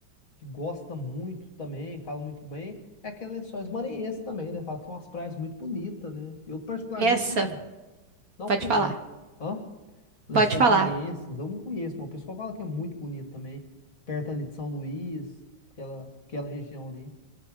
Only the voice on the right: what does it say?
Essa,
pode
falar,
pode falar.